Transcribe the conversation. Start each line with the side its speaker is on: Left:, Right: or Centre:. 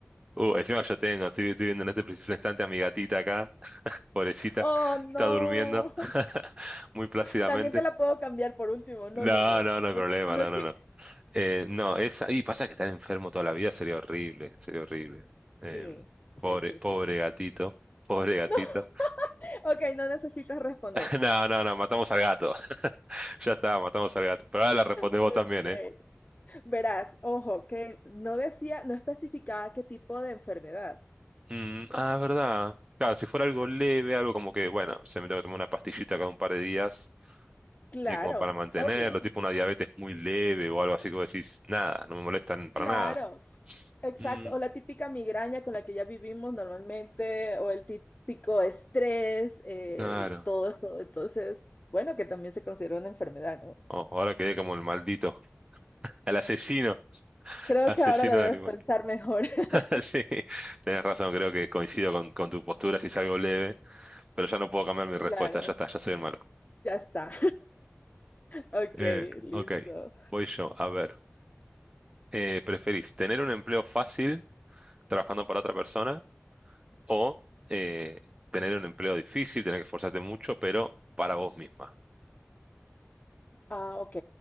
Right: uh, encima yo tengo, estoy, estoy viendo en este preciso instante a mi gatita acá, <laughs> pobrecita,
Left: Oh, no.
Right: está durmiendo <laughs> muy plácidamente.
Left: También te la puedo cambiar por último. No,
Right: No,
Left: no, no.
Right: no, no hay
Left: No,
Right: problema,
Left: no
Right: no, no,
Left: que...
Right: no. Eh, no, esa, y pasa que estar enfermo toda la vida sería horrible, sería horrible. Em,
Left: Sí,
Right: pobre,
Left: sí, sí,
Right: pobre
Left: sí.
Right: gatito, pobre gatito.
Left: No, <laughs> ok, no necesitas responder.
Right: <laughs> No, no, no, matamos al gato. <laughs> Ya está, matamos al gato. Pero ahora la respondés
Left: Ok.
Right: vos también, ¿eh?
Left: Verás, ojo, que no decía, no especificaba qué tipo de enfermedad.
Right: Mm, ah, es verdad. Claro, si fuera algo leve, algo como que, bueno, se me tengo que tomar una pastillita cada un par de días,
Left: Claro,
Right: eh, como para mantenerlo,
Left: obvio.
Right: tipo una diabetes muy leve o algo así que vos decís, nada, no me molestan para
Left: Claro,
Right: nada.
Left: exacto.
Right: Mm,
Left: O la típica migraña con la que ya vivimos normalmente, o el típico estrés eh,
Right: claro.
Left: y todo eso. Entonces, bueno, que también se considera una enfermedad, ¿no?
Right: Oh, ahora quedé como el maldito, el asesino,
Left: Creo
Right: asesino
Left: que ahora lo debes
Right: de animal.
Left: pensar mejor. <laughs>
Right: <laughs> Sí, tenés razón, creo que coincido con, con tu postura si es algo leve, pero ya no puedo cambiar mi
Left: Claro,
Right: respuesta, ya está, ya soy el malo.
Left: ya está. Ok,
Right: Eh,
Left: listo.
Right: ok, voy yo, a ver. eh, ¿preferís tener un empleo fácil trabajando para otra persona o eh, tener un empleo difícil, tener que esforzarte mucho, pero para vos misma?
Left: Ah, ok.